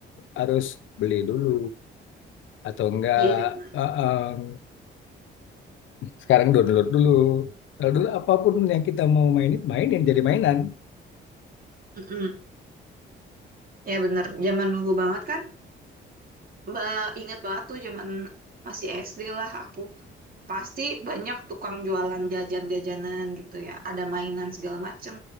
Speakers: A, on the left; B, on the right.
A: harus beli dulu atau enggak
B: Iya benar.
A: eh, sekarang download dulu. Kalau dulu apapun yang kita mau mainin, mainin jadi mainan.
B: Mm-mm. Ya benar. Zaman dulu banget kan, Mbak inget banget tuh zaman masih SD lah aku. Pasti banyak tukang jualan jajan-jajanan gitu ya. Ada mainan segala macem.